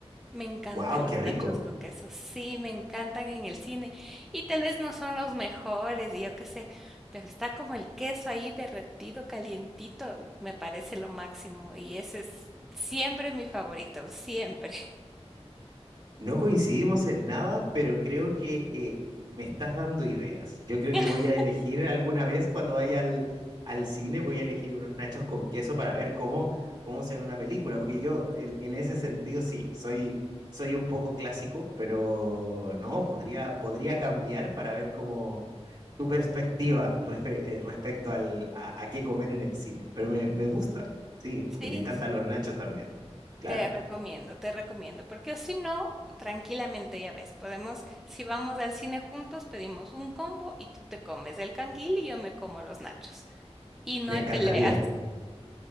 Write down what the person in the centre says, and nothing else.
Me encantan
los
nachos con queso, sí, me encantan en el cine y tal vez no son los mejores, y yo qué sé, pero está como el queso ahí derretido, calientito, me parece lo máximo y ese es siempre mi favorito, siempre.
<laughs>
Sí,
sí,
te recomiendo, te recomiendo, porque si no, tranquilamente ya ves, podemos, si vamos al cine juntos, pedimos un combo y tú te comes el canguil y yo me como los nachos y no
hay
peleas.